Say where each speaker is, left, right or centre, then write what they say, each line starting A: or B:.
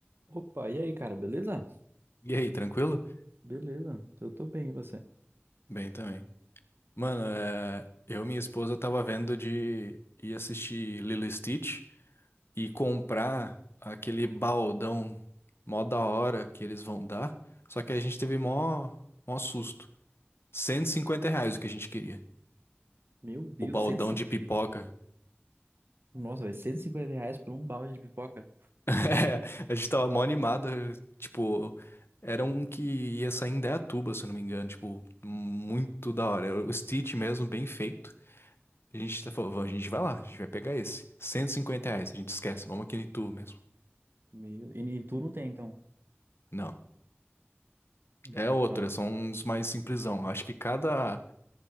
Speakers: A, on the right; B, on the left.
A: Opa, e aí, cara, beleza?
B: E aí, tranquilo?
A: Beleza, eu tô bem, e você?
B: Bem também. Mano, é, eu e minha esposa tava vendo de ir assistir Lilo e Stitch e comprar aquele baldão mó da hora que eles vão dar. Só que a gente teve mó, mó susto. cento e cinquenta reais o que a gente queria.
A: Meu Deus,
B: O baldão
A: 150...
B: de pipoca. <laughs>
A: Nossa, velho, 150 reais por um balde de pipoca.
B: É, a gente tava mó animado. Tipo, era um que ia sair em Indaiatuba, se eu não me engano. Tipo, muito da hora. Era o Stitch mesmo, bem feito. A gente tá falando, a gente vai lá, a gente vai pegar esse. cento e cinquenta reais, a gente esquece, vamos aqui no Itu mesmo.
A: Meu... E, e tu não tem, então?
B: Não.
A: Entendi.
B: É outra,
A: Nossa.
B: são uns mais simplesão. Acho que cada.